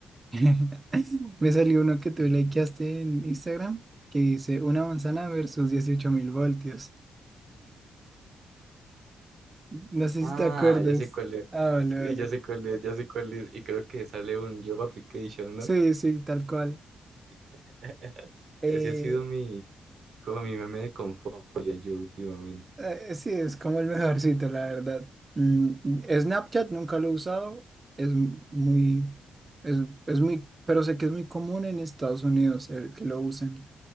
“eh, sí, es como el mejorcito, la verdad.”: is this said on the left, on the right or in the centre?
Right